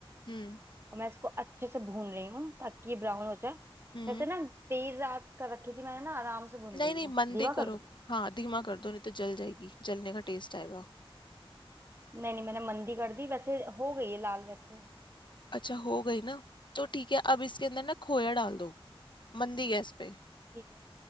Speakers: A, on the left; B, on the right.
A: हम्म
B: और मैं इसको अच्छे से भून रही हूँ ताकि ये ब्राउन हो जाए
A: हम्म
B: वैसे ना तेज आंच कर रखी थी मैंने ना आराम से भून
A: नहीं
B: गई
A: नहीं
B: है
A: मंदी
B: धीमा कर
A: करो
B: दूँ
A: हाँ धीमा कर दो नहीं तो जल जाएगी जलने का टेस्ट आएगा
B: नहीं नहीं मैंने मंदी कर दी वैसे हो गई है लाल वैसे
A: अच्छा हो गई ना तो ठीक है अब इसके अंदर ना खोया डाल दो मंदी गैस पे
B: ठीक है